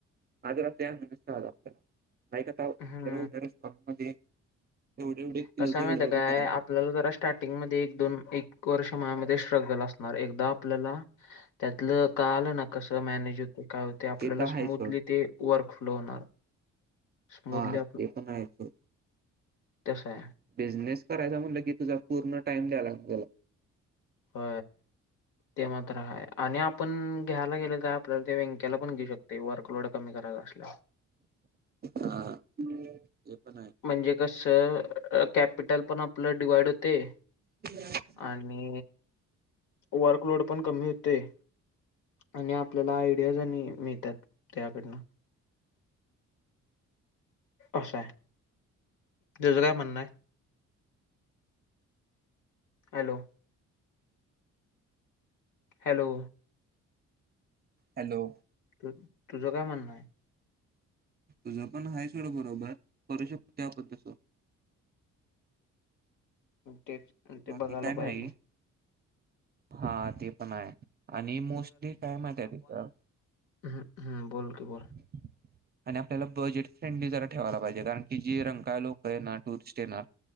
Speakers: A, on the right; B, on the left.
A: अर नि आतक
B: हा.
A: स्थळमध्ये एवढे एवढे किलोचं
B: कसा
A: एवढं
B: माहित
A: एवढं
B: आहे का
A: करायचं.
B: य आप आपल्याला जरा स्टार्टिंगमध्येध्ये एक दोन एक वर्ष ममध्ये स्ट्रगल असणार एकदा आपल्याला त्यातलं का आलं ना कसं मॅनेज होते काय होते आपल्याला
A: ते तर आहे
B: स्मूदली
A: सोड
B: ते वर्क फ्लो होणार. स्मूथली
A: हा ते पण आहे सो
B: तस हाय.
A: बिझनेस करायचा म्हटलं की तुझा पूर्ण टाइम द्यायला लागतोय.
B: हो. ते मात्र हय आणि आपण घ्यायला गेलं काय आपल्याला ते व्यंक्याला पण घेऊ शकतो. ते वर्कलोड कमी करायला असल्या.
A: हा. ते पण आहे.
B: म्हणजे कसं कॅपिटल पण आपलं डिवाइड होतय.
A: <inaudible>
B: आणि वर्कलोड पण कमी होतय. आणि आपल्याला आयडियाज आणि मिळतात त्याकडनं असं हाय तुज काय म्हणणं हाय? हॅलो हॅलो
A: हॅलो
B: तू तुझ काय म्हणणं?
A: तुझ पण हाय सोड बरोबर करू शकतोय आपण तस
B: हा तेच ते
A: बाकी
B: बघायला
A: काय
B: पाहिजे.
A: नाही हा ते पण आहे. आणि मोस्टली काय माहित आहे तिथं
B: हम हम्म बोल की बोल
A: <inaudible> आणि आपल्याला बजेट फ्रेंडली जरा ठेवायला पाहिजे. कारण की जी रंकाळ्याला लोक येणार, टुरिस्ट येणार